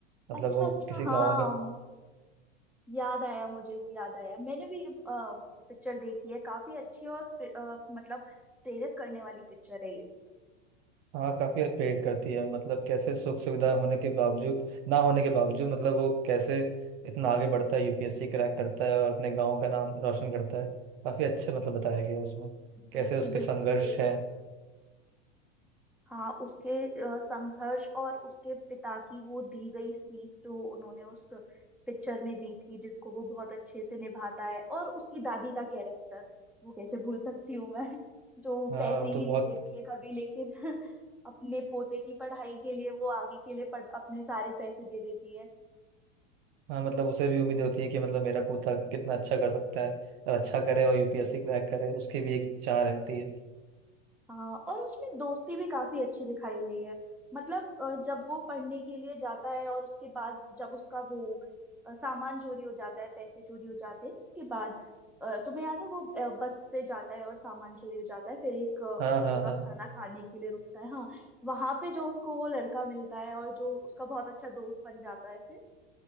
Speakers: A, on the right; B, in the centre.
A: मतलब
B: अच्छा
A: वो
B: अच्छा
A: किसी
B: हाँ
A: गांव का
B: अम, याद आया मुझे वो याद आया मैंने भी ये पिक्चर देखी है काफी अच्छी और प्रे- अ, मतलब प्रेरित करने वाली पिक्चर है ये
A: हाँ काफी प्रेरित करती है मतलब कैसे सुख सुविधा होने के बावजूद ना होने के बावजूद मतलब वो कैसे इतना आगे बढ़ता है यूपीएससी क्रैक करता है और अपने गांव का नाम रोशन करता है काफी अच्छे मतलब बताया गया है उसमें कैसे
B: बिल्कुल
A: उसके
B: बिल्कुल
A: संघर्ष
B: सही
A: है
B: कहा हाँ उसके अ, संघर्ष और उसके पिता की वो दी गई सीख जो उन्होंने उस पिक्चर में दी थी जिसको वो बहुत अच्छे से निभाता है और उसकी दादी का कैरेक्टर वो कैसे भूल सकती हूँ मैं जो
A: हाँ
B: पैसे
A: वो
B: ही
A: तो बहुत
B: नहीं देती है कभी लेकिन <laughs> अपने पोते की पढ़ाई के लिए वो आगे के लिए पढ़, अपने सारे पैसे दे देती है
A: हाँ मतलब उसे भी उम्मीद होती है कि मतलब मेरा पोता कितना अच्छा कर सकता है और अच्छा करे और यूपीएससी क्रैक करे उसकी भी एक चाह रहती है
B: हाँ और उसमें दोस्ती भी काफी अच्छी दिखाई गई है मतलब अ, जब वो पढ़ने के लिए जाता है और उसके बाद जब उसका वो अ, सामान चोरी हो जाता है पैसे चोरी हो जाते हैं उसके बाद अ, तुम्हें याद है वो अ, बस से जाता है और सामान चोरी हो जाता है फिर एक अ,
A: हाँ हाँ
B: जगह
A: हाँ
B: खाना खाने के लिए रुकता है हाँ वहां पे जो उसको वो लड़का मिलता है और जो उसका बहुत अच्छा दोस्त बन जाता है फिर